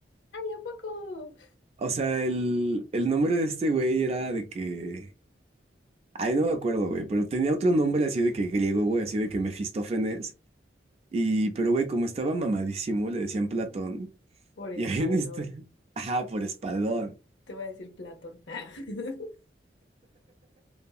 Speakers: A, on the left; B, on the right.
A: Ay, ¿a poco?
B: O sea, el, el nombre de este güey era de que. Ay, no me acuerdo, güey, pero tenía otro nombre así de que griego, güey, así de que Mefistófenes. Y, pero güey, como estaba mamadísimo, le decían Platón.
A: Por espaldón.
B: Y ahí en este... <laughs> Ajá, por espaldón.
A: Te voy a decir Platón. <laughs>